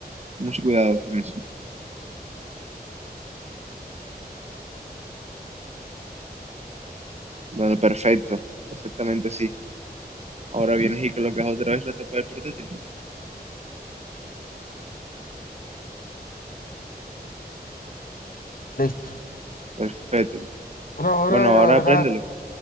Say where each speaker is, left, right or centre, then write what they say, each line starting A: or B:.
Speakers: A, on the right; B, on the left.
A: Mucho cuidado con eso. Bueno, perfecto. Exactamente sí. Ahora vienes y colocas otra vez la tapa del portátil.
B: Listo.
A: Perfecto.
B: Pero ahora
A: Bueno, ahora
B: la verdad.
A: préndelo.